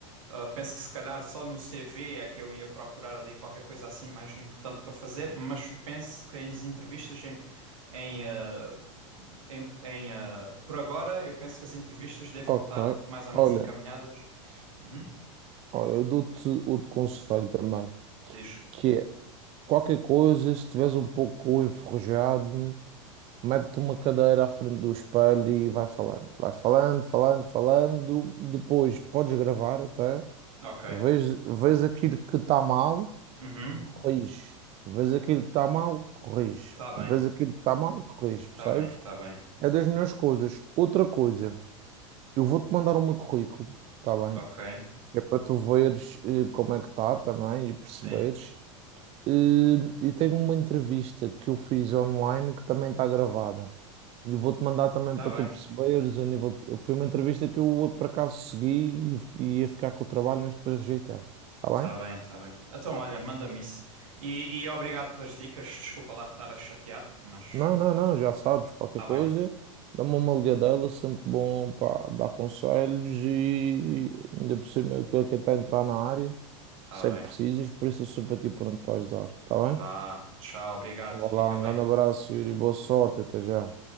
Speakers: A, on the right; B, on the right.
A: Ah, penso que se calhar só no CV é que eu ia procurar ali qualquer coisa assim mais importante para fazer, mas penso que em entrevistas, em, em, ah, em- em, ah, por agora, eu penso que as entrevistas devam
B: Ok.
A: estar mais ou
B: Olha.
A: menos encaminhadas. Uhum.
B: Ora, eu dou-te outro conselho também,
A: Diz.
B: que é qualquer coisa, se estiveres um pouco enferrujado, mete-te uma cadeira à frente do espelho e vai falando. Vai falando, falando, falando. Depois podes gravar até.
A: Ok.
B: Vês, vês aquilo que está mal,
A: Uhum.
B: corrige. Vês aquilo que está mal, corrige.
A: Tá bem,
B: Vês aquilo que está mal, corrige, percebes?
A: tá bem, tá bem.
B: É das melhores coisas. Outra coisa, eu vou-te mandar o meu currículo, está bem?
A: Ok,
B: É para tu veres eh, como é que está também e perceberes.
A: sim.
B: Eh, e tenho uma entrevista que eu fiz online que também está gravada. E eu vou-te mandar também
A: Tá
B: para
A: bem,
B: tu perceberes a nível. de- Foi uma entrevista que eu por acaso segui e fi- e ia ficar com o trabalho, mas depois rejeitei. Está
A: tá
B: bem?
A: bem, tá bem. Então, olha, manda-me isso. E, e obrigado pelas dicas. Desculpa lá de estar a chatear, mas
B: Não, não, não, já sabes, qualquer
A: tá
B: coisa,
A: bem,
B: dá-me uma ligadela, sempre bom para dar conselhos e ainda por cima que quem está a entrar na área,
A: tá
B: sei
A: bem.
B: que precisas, por isso eu sempre aqui pronto para ajudar. Está
A: Vá,
B: bem?
A: tchau, obrigado.
B: Então, Vá
A: Fica
B: lá, um
A: bem.
B: grande abraço, Yuri, boa sorte, até já.